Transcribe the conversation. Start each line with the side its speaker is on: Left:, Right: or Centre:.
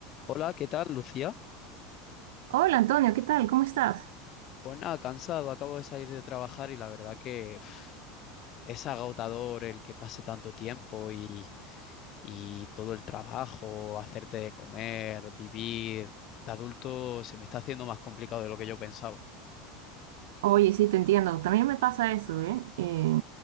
Left: Hola, ¿qué tal, Lucía?
Right: Hola Antonio, ¿qué tal? ¿Cómo estás?
Left: Pues nada, cansado, acabo de salir de trabajar y la verdad que uf, es agotador el que pase tanto tiempo y, y todo el trabajo, hacerte de comer, vivir. De adulto se me está haciendo más complicado de lo que yo pensaba.
Right: Oye, sí, te entiendo. También me pasa eso, ¿eh? Eh,